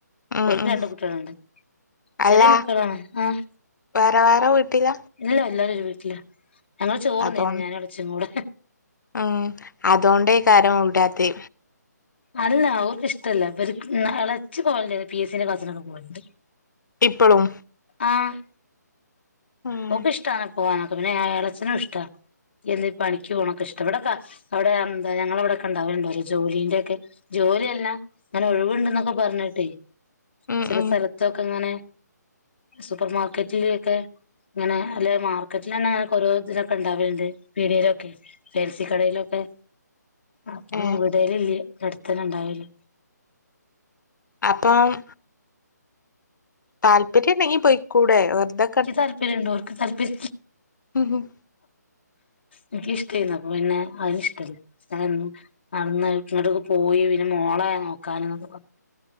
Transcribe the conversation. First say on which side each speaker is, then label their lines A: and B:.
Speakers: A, on the left; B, on the left.
A: ഉം
B: ഓരണ്ട്
A: ഉം
B: കുട്ടികളുണ്ട്
A: അല്ല
B: ചെറിയ മക്കളാണ് ആഹ്
A: വേറെ വേറെ വീട്ടില
B: ല്ലഎല്ലാരും ഒരു വീട്ടിലാ ഞങ്ങള് ചോർന്നേന്ന്
A: അതോ
B: ഞാനടച്ചും കൂടെ
A: ഉം അതൊണ്ടേ കാര്യം ഇവിടാത്തെ
B: അല്ല അവർക്ക് ഇഷ്ടല്ല അവര്ക്ക്ന്ന ഇളച്ചു പോണ്ട പി എസിന്റെ ക്ലാസ്സിനൊക്കെ പോയിണ്ട്
A: ഇപ്പളും
B: ആഹ്
A: ഉം
B: ഓക്കിഷ്ടാണ് പോവാനൊക്കെ പിന്നെ ഇളയച്ചനും ഇഷ്ടാ എന്നീ പണിക്ക് പോണൊക്കെ ഇഷ്ടാ ഇവടെക്ക അവിടെ എന്ത ഞങ്ങളവിടെക്കണ്ടാവലുണ്ടോ ഒരു ജോലീന്റെക്കെ ജോലിയല്ല അങ്ങനെ ഒഴിവുണ്ടന്നൊക്കെ പറഞ്ഞിട്ടെ
A: ഉം
B: ചില
A: ഉം
B: സ്ഥല തൊക്കെങ്ങനെ സൂപ്പർ മാർക്കറ്റിലൊക്കെ ഇങ്ങനെ അല്ല മാർക്കറ്റിൽ തന്നെ ഓരോ ഇതിലൊക്കെ ഉണ്ടാവലുണ്ട് പീടികയിലൊക്കെ ജേഴ്‌സിക്കടയിലൊക്കെ അപ്പൊന്നും
A: ഏഹ്
B: ഇവടേലില്ല അടുത്തന്നെ ഉണ്ടായല്ല
A: അപ്പം താല്പര്യണ്ടെങ്കി പൊയ്ക്കൂടെ വെർതെ
B: ക്കി താല്പര്യണ്ട് ഓർക്ക് താല്പര്യ
A: ഹ് ഹും
B: ഇൻക്ക് ഇഷ്ടേന്നു അപ്പൊ പിന്നെ അവന് ഇഷ്ടല്ല ഞാനും അന്ന് ഇങ്ങട്ടേക്ക് പോയി വെരും മോളെ നോക്കാനാന്നൊക്കെ പർഞ്ഞ്